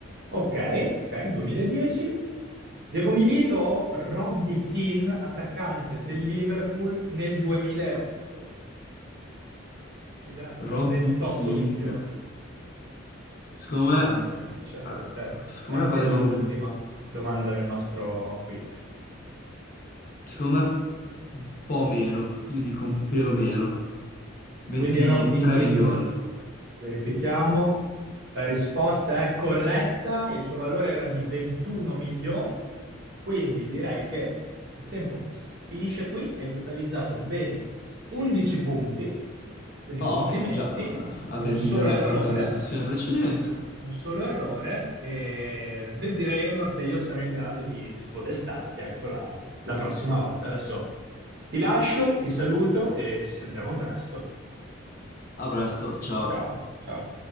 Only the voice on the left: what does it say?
Robby
Keane,
secondo
me,
eh,
secondo
me valeva
un,
secondo me un po' meno, io dico un pelo meno, 23
milioni.
Oh,
già, eh, aver
migliorato
anche la prestazione precedente.
A presto, ciao.